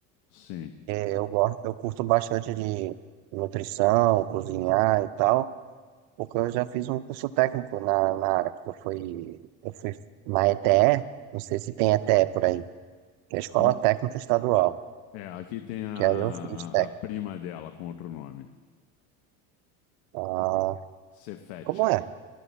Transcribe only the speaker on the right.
Eu gosto, eu curto bastante de nutrição, cozinhar e tal, porque eu já fiz um curso técnico na, na área, porque eu fui, eu fui na ETE, não sei se tem ETE por aí, que é a Escola
Técnica Estadual,
que aí eu fiz técnico.
Ah,
como
é?